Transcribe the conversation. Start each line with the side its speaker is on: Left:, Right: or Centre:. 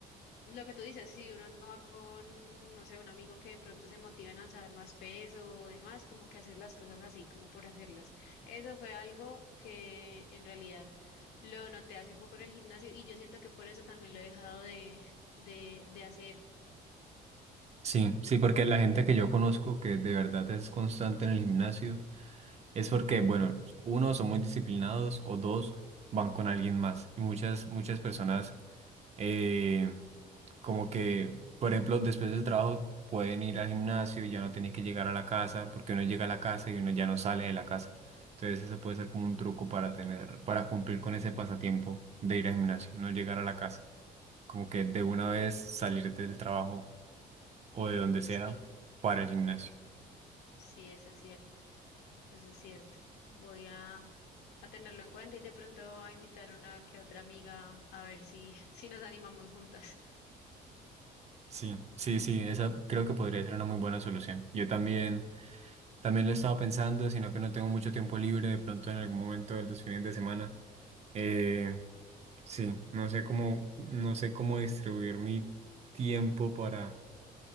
Left: lo que tú dices, si uno no va con, no sé, un amigo que de pronto se motiva a lanzar más peso o demás, como que hacer las cosas así, como por hacerlas. Eso fue algo que en realidad lo noté hace poco en el gimnasio y yo siento que por eso también lo he dejado de, de, de hacer.
Right: Sí, sí, porque la gente que yo conozco que de verdad es constante en el gimnasio, Es porque, bueno, uno, son muy disciplinados o dos, van con alguien más. Y muchas, muchas personas, eh, como que, por ejemplo, después del trabajo pueden ir al gimnasio, ya no tienen que llegar a la casa, porque uno llega a la casa y uno ya no sale de la casa. Entonces eso puede ser como un truco para tener, para cumplir con ese pasatiempo de ir al gimnasio, no llegar a la casa. Como que de una vez salir del trabajo o de donde
Left: Sí,
Right: sea para el gimnasio.
Left: sí, eso es cierto, eso es cierto. Voy a, a tenerlo en cuenta y de pronto a invitar a una que otra amiga a ver si, <laughs> si nos animamos juntas.
Right: Sí, sí, sí, esa creo que podría ser una muy buena solución. Yo también, también lo estaba pensando, sino que no tengo mucho tiempo libre de pronto en algún momento de los fines de semana. Eh, sí, no sé cómo, no sé cómo distribuir mi tiempo para,